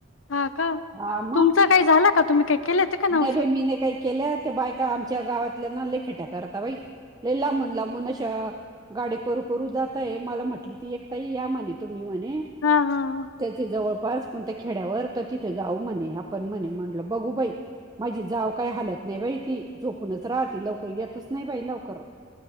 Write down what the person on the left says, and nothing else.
हा का
तुमच काही झालं का तुम्ही काही केले होते का नवस
हा हा हा.